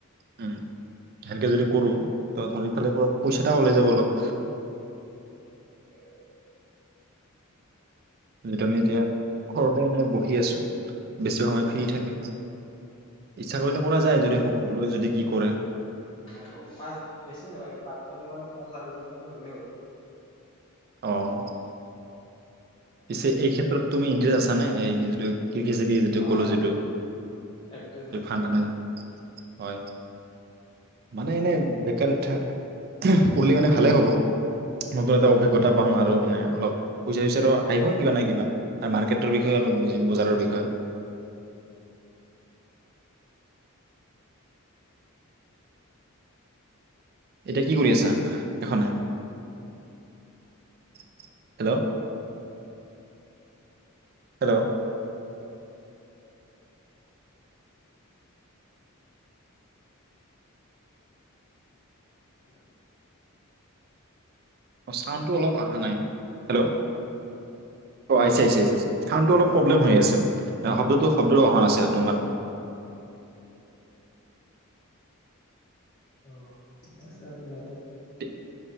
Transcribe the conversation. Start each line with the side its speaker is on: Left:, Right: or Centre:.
Right: উম সেনেকে যদি কৰো ত ধৰি ইফালে পইচাটা ওলাই যাব অলপ
Left: তাকেতো
Right: যিটো আমি এতিয়া ঘৰতে এনে বহি আছো বেছি সময় ফ্ৰী থাকে ইচ্ছা কৰিলে কৰা যায় যদি সকলোৱে যদি কি কৰে
Left: আৰু পাঁচ বেছি নালাগে পাঁচজন মান ছয় সাত হজনাৰ মান হলে হ'ব
Right: আহ পিছে এই ক্ষেত্ৰত তুমি ইণ্টাৰেষ্ট আছা নে এই যিটো কৃষি জিবি যিটো
Left: অ'
Right: কলো
Left: অ'
Right: যিটো
Left: এড্ৰেছ
Right: সেই
Left: আছে
Right: ফানান হয় মানে এনে বেকাৰ এথা কৰিলে মানে ভালে হ'ব নতুন এটা অভিজ্ঞতা পাম আৰু মানে অলপ পইচা চইচাৰো আহিব কিবা নাই কিবা আৰু মাৰ্কেটৰ বিষয়ে অলপ বুজিম বজাৰৰ বিষয়ে এতিয়া কি কৰি আছা এখনে হেল্ল' হেল্ল'
Left: উ
Right: অ চাউনটো অলপ অহা নাই হেল্ল' অ আহিছে আহিছে চাউটো অলপ প্ৰব্লেম হৈ আছিল শব্দটো শব্দৰ অহা নাছিলে তোমাৰ
Left: অ হয় ছাগে নাই
Right: তে-